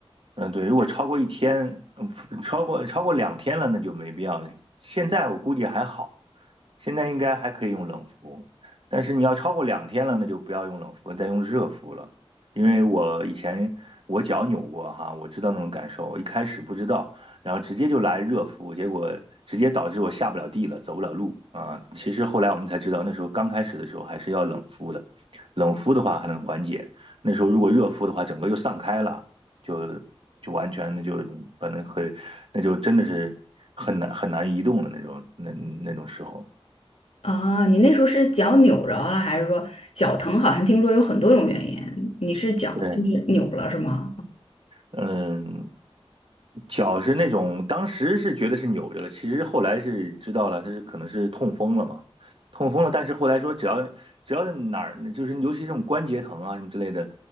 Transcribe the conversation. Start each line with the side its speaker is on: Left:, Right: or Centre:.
Right: 嗯，对，如果超过一天，嗯，超过超过两天了，那就没必要了。现在我估计还好，现在应该还可以用冷敷，但是你要超过两天了，那就不要用冷敷，再用热敷了。因为我以前我脚扭过哈，我知道那种感受，我一开始不知道，然后直接就来热敷，结果直接导致我下不了地了，走不了路啊。其实后来我们才知道，那时候刚开始的时候还是要冷敷的，冷敷的话还能缓解，那时候如果热敷的话，整个就散开了。就就完全那就是把那很那就真的是很难很难移动的那种那那种时候。
Left: 啊。你那时候是脚扭着了，还是说脚疼？好像听说有很多种原因，你是脚就是扭了是吗？
Right: 对，嗯，脚是那种当时是觉得是扭着了，其实后来是知道了，他是可能是痛风了嘛，痛风了。但是后来说只要只要哪儿就是尤其这种关节疼啊什么之类的，